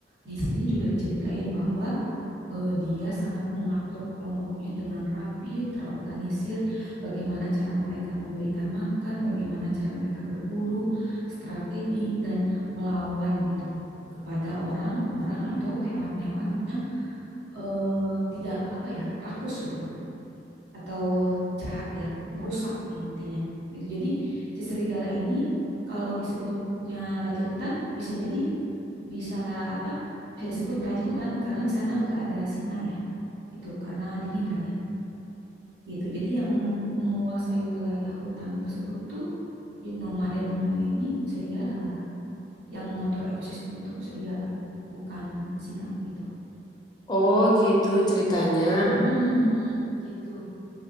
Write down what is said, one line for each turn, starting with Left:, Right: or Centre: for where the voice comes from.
Right: di sini juga diceritain bahwa eh, dia sangat mengatur kelompoknya dengan rapi, terorganisir, bagaimana cara mereka memberikan makan, bagaimana cara mereka berburu, strategi, dan melawan gitu kepada orang-orang atau hewan-hewan yang eh, tidak apa ya, rakus gitu atau jahat ya, merusak intinya gitu. Jadi si serigala ini kalau disebutnya raja hutan bisa jadi bisa apa? Bisa disebut raja hutan karena di sana nggak ada singa ya itu karena dingin kan ya gitu jadi yang menguasai wilayah hutan tersebut tuh di nomaden Mongolia ini serigala malah yang mengatur ekosistem tuh serigala bukan singa gitu
Left: Oh, gitu ceritanya.
Right: Mm-mm, gitu